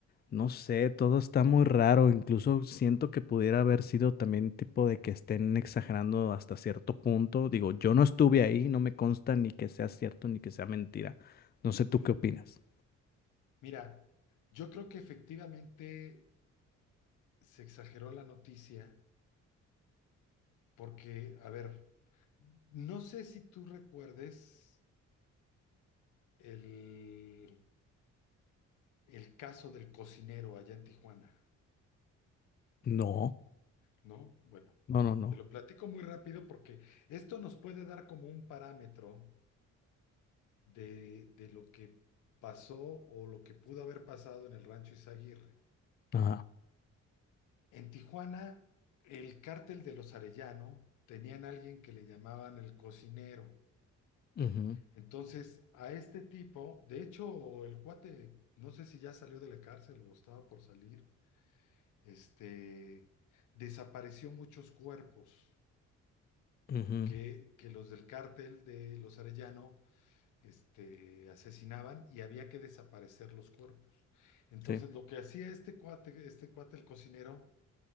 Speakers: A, on the left (about 35°); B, on the left (about 85°).
A: No sé, todo está muy raro. Incluso siento que pudiera haber sido también tipo de que estén exagerando hasta cierto punto. Digo, yo no estuve ahí, no me consta ni que sea cierto ni que sea mentira. No sé tú
B: Sí.
A: qué opinas.
B: Mira, yo creo que efectivamente se exageró la noticia porque, a ver, no sé si tú recuerdes el el caso del cocinero allá en Tijuana,
A: No,
B: ¿no? Bueno,
A: no, no, no.
B: te lo platico muy rápido porque esto nos puede dar como un parámetro de, de lo que pasó o lo que pudo haber pasado en el rancho Izaguirre.
A: Ajá.
B: En Tijuana, el cártel de los Arellano tenían a alguien que le llamaban el cocinero.
A: Ujú,
B: Entonces, a este tipo, de hecho, el cuate, no sé si ya salió de la cárcel o estaba por salir, este, desapareció muchos cuerpos.
A: ujú,
B: que, que los del cártel de los Arellano este, asesinaban y había que desaparecer los cuerpos. Entonces,
A: Sí.
B: lo que hacía este cuate, este cuate el cocinero,